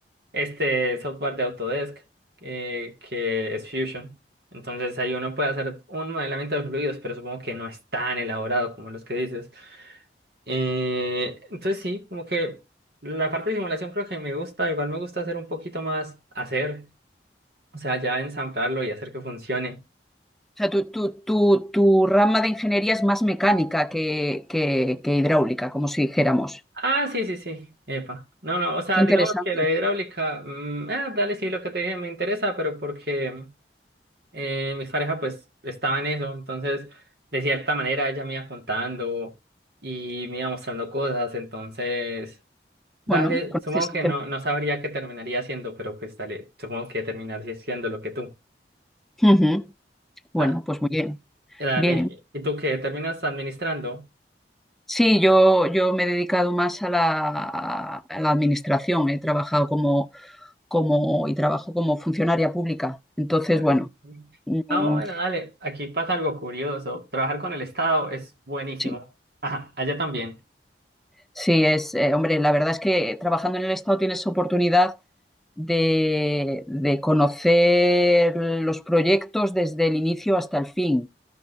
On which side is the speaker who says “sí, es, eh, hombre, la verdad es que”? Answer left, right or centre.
Centre